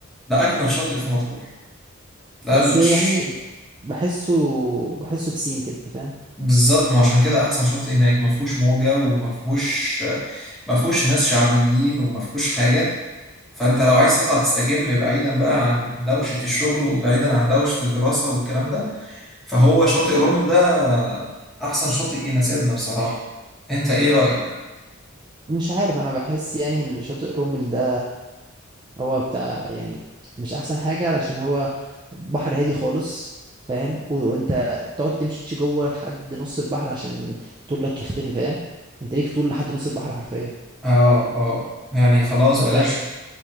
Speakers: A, in the centre; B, on the right.
A: ده أجمل شاطئ في مطروح ده
B: بس
A: الش...
B: يعني بحسه بحسه بسين كده فاهم
A: بالظبط ما عشان كده احسن شاطئ هناك ما فيهوش موجه وما فيهوش ما فيهوش ناس شعبيين وما فيهوش حاجه فانت لو عايز تطلع تستجم بعيدا بقى عن دوشه الشغل وبعيدا عن دوشه الدراسه والكلام ده فهو شاطئ رومل ده احسن شاطئ يناسبنا بصراحه انت ايه رايك
B: مش عارف انا بحس يعني اللي شاطئ رومل ده هو بتاع يعني مش احسن حاجة علشان هو بحر هادي خالص فاهم و- وانت تقعد تمشي جوه لحد نص البحر عشان طولك يختفي فاهم انت ليك طول لحد نص البحر حرفيا
A: اه اه يعني خلاص
B: فده
A: بلاش